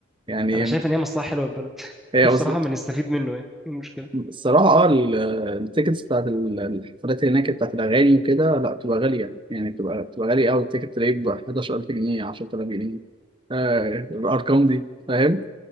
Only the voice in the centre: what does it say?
انا شايف
ان هي مصلحة حلوة للبلد <laughs>
بصراحة
ما نستفيد منه يعني ايه المشكلة